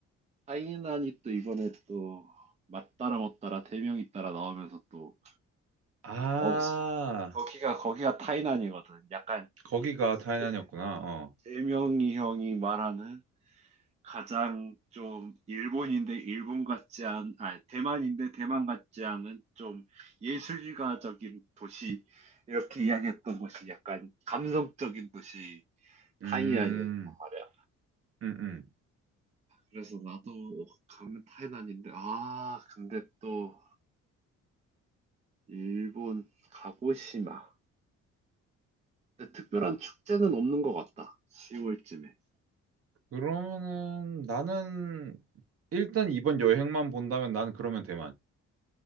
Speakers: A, on the right; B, on the right.
A: 타이난이 또 이번에 또 맞따라 못따라 대명이 따라 나오면서 또
B: 아,
A: 어, 거기가 거기가 타이난이거든. 약간
B: 거기가 타이난이었구나.
A: 대- 어,
B: 어.
A: 대명이 형이 말하는 가장 좀 일본인데 일본 같지 않, 아, 대만인데 대만 같지 않은 좀 예술가적인 도시, 이렇게 이야기했던 곳이 약간 감성적인 도시,
B: 음,
A: 타이난이란 말이야.
B: 음, 음.
A: 그래서 나도 가면 타이난인데, 아, 근데 또 일본 가고시마. 근데 특별한 축제는 없는 것 같다. 10월쯤에.
B: 그러면은 나는 일단 이번 여행만 본다면 나는 그러면 대만.